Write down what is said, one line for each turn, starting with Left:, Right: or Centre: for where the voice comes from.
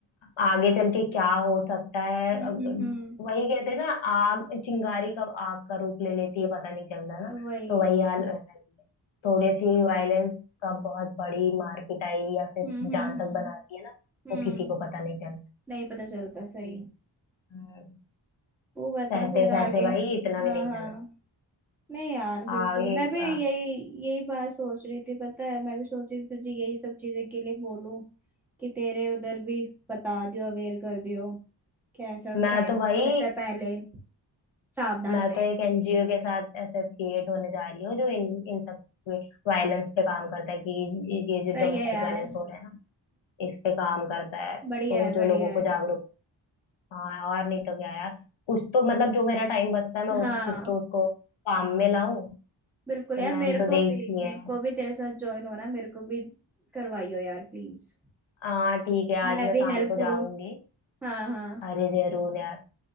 Left: आगे चल के क्या हो सकता है
Centre: हम्म
Left: अग-
Centre: हम्म
Left: वही कहते हैं ना आग चिंगारी कब आग का रूप ले लेती है पता नहीं चलता ना
Centre: हम्म, वही
Left: तो वही हाल वैसा ही है थोड़े सी वायलेंस का बहुत बड़ी मार पिटाई या फिर
Centre: हम्म हम्म
Left: जान
Centre: हम्म
Left: तक बनाती है ना वो किसी
Centre: हम्म,
Left: को पता नहीं चलता
Centre: नहीं पता चलता सही
Left: कि, हम्म,
Centre: तू बता
Left: सहते
Centre: फिर आगे
Left: सहते भाई इतना
Centre: हाँ
Left: भी नहीं
Centre: हाँ
Left: सहना
Centre: नहीं यार बिल्कुल
Left: आगे
Centre: मैं
Left: क्या
Centre: भी यही यही बात सोच रही थी पता है मैं भी सोच रही थी तुझे यही सब चीजें के लिए बोलूं कि तेरे उधर भी बता दियो अवेयर कर दियो कैसा
Left: मैं
Centre: सैन
Left: तो भाई
Centre: होने से पहले सावधान
Left: मैं तो एक एनजीओ के साथ एसोसिएट होने जा रही हूँ जो इन इन सब वायलेंस पे काम करता है कि ये जो
Centre: सही
Left: डोमेस्टिक
Centre: है यार
Left: वायलेंस हो रहा है ना इस पे काम करता है
Centre: बढ़िया
Left: तो
Centre: है
Left: जो
Centre: बढ़िया
Left: लोगों
Centre: है
Left: को जागरूक हाँ और नहीं तो क्या यार कुछ तो मतलब जो मेरा टाइम बचता है मैं उस,
Centre: हाँ
Left: कुछ तो उसको काम में लाऊं
Centre: बिल्कुल
Left: तो
Centre: यार
Left: मैंने
Centre: मेरे
Left: तो
Centre: को
Left: देख
Centre: भी
Left: लिया
Centre: मेरे
Left: है
Centre: को भी तेरे साथ ज्वाइन होना है, मेरे को भी करवाइयो यार प्लीज
Left: हाँ ठीक है आज
Centre: मैं
Left: मैं
Centre: भी
Left: शाम
Centre: हेल्प
Left: को जाऊंगी
Centre: करूँ हाँ हाँ
Left: अरे जरूर यार